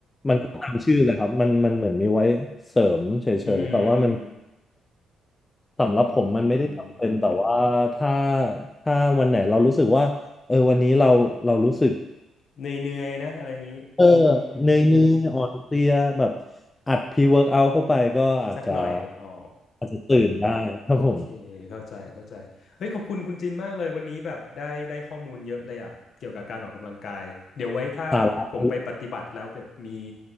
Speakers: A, on the left (about 20°); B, on the left (about 60°).
A: มันก็ตามชื่อเลยครับมันมันเหมือนมีไว้เสริมเฉยๆแต่ว่ามัน
B: อืม
A: สำหรับผมมันไม่ได้จำเป็นแต่ว่าถ้า
B: อืมอืม
A: ถ้าวันไหนเรารู้สึกว่าเออวันนี้เราเรารู้สึก
B: เหนื่อยๆนะอะไรอย่างนี้อืมอืม
A: เออเหนื่อยเนื่อยอ่อนเพลียแบบอัดพรีเวิร์กเอาเข้าไปก็อาจจะ
B: สักหน่อยอ๋อ
A: อาจจะตื่นได้ครับผม
B: โอเคเข้าใจเข้าใจเฮ้ยขอบคุณคุณจินมากเลยวันนี้แบบได้ได้ข้อมูลเยอะเลยอะเกี่ยวกับการออกกำลังกายเดี๋ยวไว้ถ้าผมไปปฏิบัติแล้วแบบมี
A: สาระ